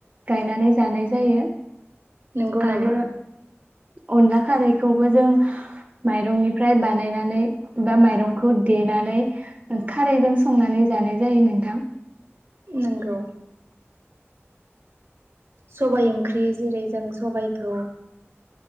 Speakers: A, on the right; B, on the right.
A: गायनानै जानाय जायो।
B: नंगौ नामा?
A: आरो अनला खारैखौबो जों माइरंनिफ्राय बानायनानै बा माइरंखौ देनानै खारैजों संनानै जानाय जायो नोंथां।
B: नोंगौ। सबाइ ओंख्रि जेरै जों सबायखौ